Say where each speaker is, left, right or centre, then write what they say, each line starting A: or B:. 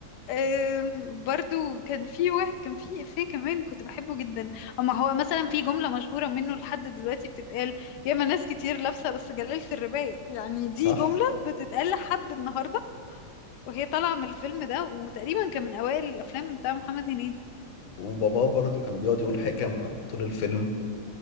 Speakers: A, on the left (about 70°); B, on the left (about 85°).
A: أم، برضو كان في واحد كان في إفيه كمان كنت بحبه جدا اما هو مثلا في جملة مشهورة منه لحد دلوقتي بتتقال ياما ناس كتير لابسة بس جلالة الرباية يعني دي
B: صح
A: جملة بتتقال لحد النهاردة وهي طالعة من الفيلم ده وتقريبا كان من أوائل الأفلام بتاع محمد هنيدي
B: وباباه برضو كان بيقعد يقول حكم طول الفيلم